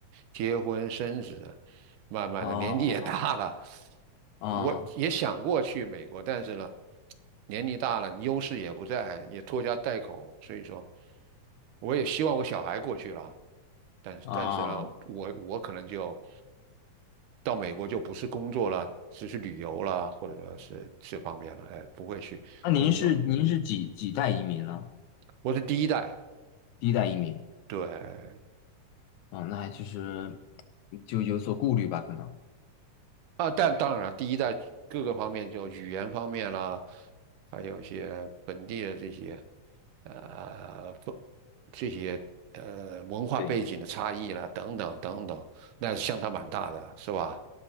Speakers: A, on the right; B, on the left.
A: 结婚生子，慢慢的年纪也大了，
B: 哦啊
A: 我也想过去美国，但是呢，年龄大了，优势也不在，也拖家带口，所以说，我也希望我小孩过去了，但是但是呢，
B: 啊，
A: 我我可能就到美国就不是工作了，只是旅游了，或者说是这方面了，哎，不会去工作了。
B: 那您是您是几几代移民呢？
A: 我是第一代，
B: 第一代移民
A: 对。
B: 啊，那还其实就有所顾虑吧，可能。
A: 啊，但当然了，第一代各个方面，就语言方面啦，还有一些本地的这些呃风这些呃文化背景的差异啦，
B: 对。
A: 等等等等，那是相差蛮大的，是吧？